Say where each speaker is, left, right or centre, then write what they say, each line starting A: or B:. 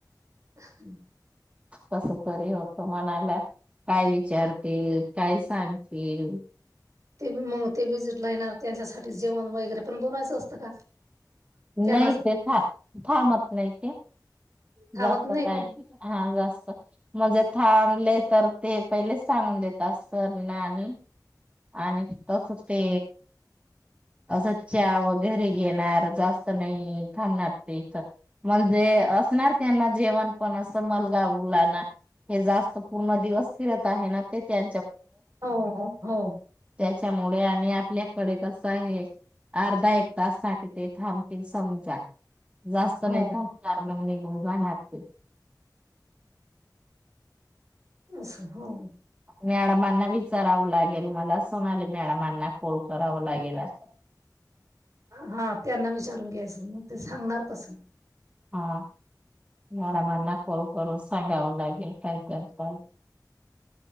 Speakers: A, on the right (about 50°); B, on the right (about 20°).
A: ह <unintelligible>
B: कसंतरी होत मनाला. काय विचारतील काय सांगतील?
A: ते मग ते व्हिजिटला येणार त्यांच्यासाठी जेवण वगैरे पण बनवायचं असतं का? त्यांना
B: नाही ते थां थांबत नाही की?
A: थांबत
B: जास्त नाही
A: का?
B: हा जास्त म्हणजे थांब तर ते ते पहिलेच सांगून देत अस तर ना आणि आणि तसच ते चहा वैगरे घेणार जास्त नाही थांबणार ते इथ. म्हणजे असणार त्यांना जेवण पण असं मन गावलाणा. हे जास्त पूर्ण दिवस फिरत आहे ना ते त्या
A: हो हो हो
B: त्याच्यामुळे आणि आपल्याकडे कस आहे. अर्धा एक तास साठी ते थांबतील समजा. जास्त
A: हो
B: नाही थांबणार म्हण हो बन नाते
A: अस हो.
B: मॅडमना विचारावं लागेल मला आले मॅडमांना फोन कराव लागेल अस.
A: हा त्यांना विचारून घ्यायचं मग ते सांगणार तसं
B: हा मॅडमांना कॉल करून सांगावं लागेल काय करताय